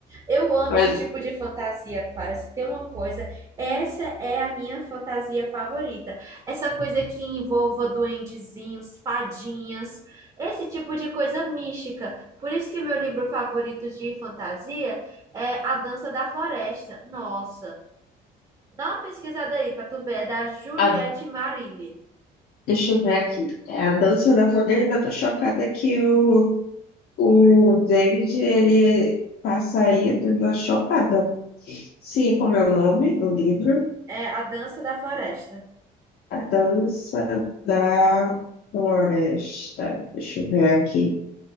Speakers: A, on the right (about 20°); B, on the left (about 65°).
A: Eu amo
B: Mas
A: esse tipo de fantasia, Clara. Se tem uma coisa, essa é a minha fantasia favorita. Essa coisa que envolva duendezinhos, fadinhas, esse tipo de coisa mística. Por isso que meu livro favorito de fantasia é A Dança da Floresta. Nossa, dá uma pesquisada aí para tu ver, é da Juliette
B: a
A: Marilli.
B: Deixa eu ver aqui. É a dança da Floresta. Eu tô chocada que o, o David, ele passa aí. Eu tô chocada. Sim, como é o nome do livro?
A: É A Dança da Floresta.
B: A Dança da Floresta. Deixa eu ver aqui.